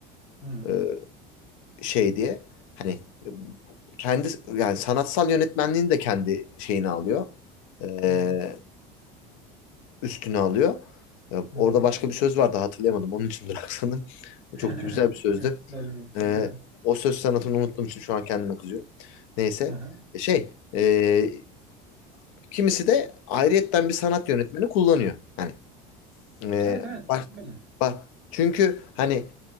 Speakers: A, in the centre; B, on the left.
A: Hı hı.
B: e, şey diye. Hani e, kendi yani sanatsal yönetmenliğini de kendi şeyini alıyor. E,
A: Hı hı.
B: üstüne alıyor. E, orada
A: Hı hı.
B: başka bir söz vardı hatırlayamadım. Onun için bıraksanım. <laughs>
A: <laughs>
B: Çok da güzel bir sözdü.
A: Yok, sorun yok.
B: Ee,
A: Hı hı.
B: o söz sanatını unuttuğum için şu an kendime kızıyorum. Neyse.
A: Hı hı.
B: E, Şey, e, kimisi de ayrıyetten bir sanat yönetmeni kullanıyor. Hani ee,
A: Evet evet
B: bak,
A: öyle.
B: bak çünkü hani